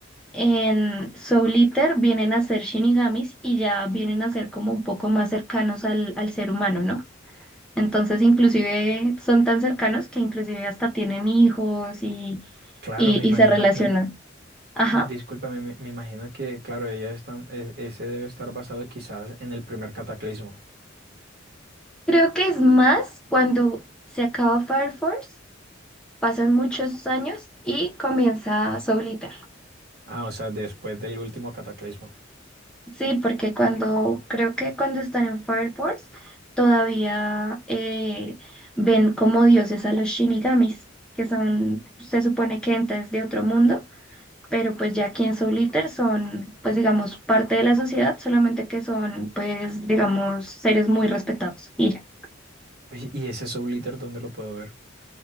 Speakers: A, in the centre; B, on the right (about 50°).
A: en Soul Eater vienen a ser shinigamis y ya vienen a ser como un poco más cercanos al, al ser humano, ¿no? Entonces, inclusive son tan cercanos que inclusive hasta tienen hijos y,
B: claro,
A: y
B: me
A: y
B: imagino,
A: se relacionan.
B: me,
A: Ajá.
B: discúlpame, me, me imagino que, claro, ella está, e- ese debe estar basado quizás en el primer cataclismo.
A: Creo que es más cuando se acaba Fire Force, pasan muchos años y comienza Soul Eater.
B: Ah, o sea, después del último cataclismo.
A: Sí, porque cuando, creo que cuando están en Fire Force, todavía eh, ven como dioses a los Shinigamis, que son, se supone que entes de otro mundo, pero pues ya aquí en Soul Eater son, pues digamos, parte de la sociedad, solamente que son, pues digamos, seres muy respetados y ya.
B: Oye, ¿y ese Soul Eater dónde lo puedo ver?